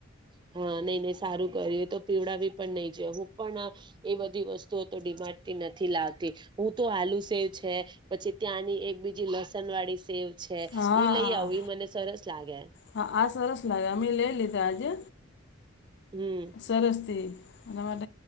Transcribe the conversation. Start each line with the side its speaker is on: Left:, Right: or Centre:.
Right: <unintelligible> સારું કર્યું તો પીવડાવી પણ નહી જો હું પણ એ બધી વસ્તુઓ તો ડિ માર્ડથી નથી લાવતી હું તો આલુ સેવ છે પછી ત્યાંની એક બીજી લસણ વાળી સેવ છે
Left: હા
Right: ઈ લઈ આવું એ મને સરસ લાગે.
Left: હા આ સરસ લાગે અમે લઈ લીધા આજે.
Right: હમ
Left: સરસ તી. <unintelligible>